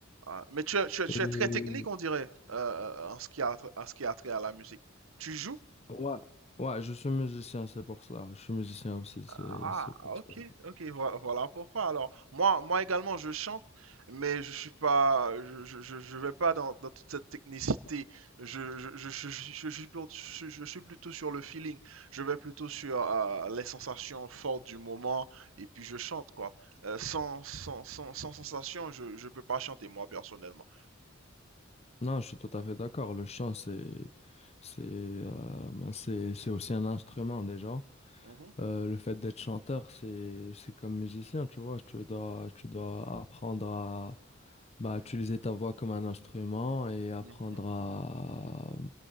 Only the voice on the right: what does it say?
Ah, Mais tu es, tu es- tu
es très technique, on dirait, euh, euh, en ce qui a, tr- en ce qui a trait à la musique. Tu joues?
Ah,
ok,
ok, voi- voilà pourquoi. Alors, moi, moi également, je chante, mais je suis pas, je, je, je je vais pas dans, dans toute cette technicité. Je, je, je, je, je- je suis plutôt, je, je suis plutôt sur le feeling. Je vais plutôt sur euh, les sensations fortes du moment, et puis je chante, quoi. Euh, sans, sans, sans, sans sensation, je, je peux pas chanter, moi, personnellement.
Mhm,
mhm.